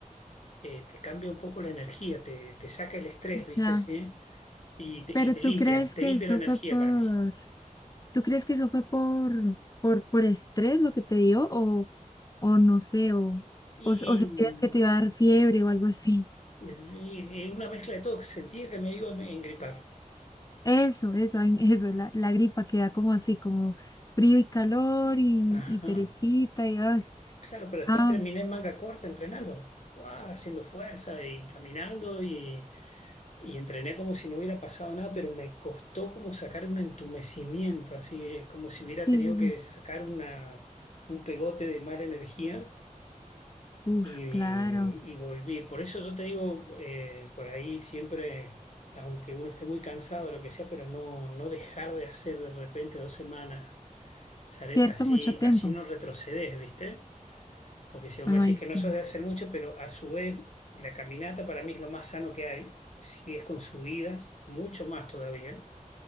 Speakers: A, on the left; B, on the left.
A: eh, te cambia un poco la energía, te, te saca el estrés,
B: O sea,
A: ¿viste? Así, y te,
B: pero
A: y te
B: ¿tú
A: limpia,
B: crees
A: te
B: que
A: limpia
B: eso
A: la energía
B: fue por,
A: para mí.
B: tú crees que eso fue por, por, por estrés lo que te dio o, o no sé, o,
A: Y,
B: o, o sentías que te iba a dar fiebre o algo así?
A: y una mezcla de todo, que sentía que me iba a me- engripar.
B: Eso, eso, ay, <laughs> eso, la, la gripa queda como así, como frío y calor y,
A: Ajá.
B: y perecita y, ay,
A: Claro, pero después
B: ah,
A: terminé en manga corta entrenando, ¡guau! haciendo fuerza y caminando y Y entrené como si no hubiera pasado nada, pero me costó como sacar un entumecimiento, así eh, como si hubiera
B: sí,
A: tenido
B: sí, sí.
A: que sacar una, un pegote de mala energía
B: Uf,
A: y,
B: claro.
A: y volví. Por eso yo te digo, eh, por ahí siempre, aunque uno esté muy cansado, lo que sea, pero no, no dejar de hacer de repente dos semanas, sale-
B: Cierto,
A: así,
B: mucho tiempo.
A: así no retrocedes, ¿viste? Porque si vos
B: Ay,
A: me decís
B: sí.
A: que no sos de hacer mucho, pero a su vez la caminata para mí es lo más sano que hay, si es con subidas, mucho más todavía.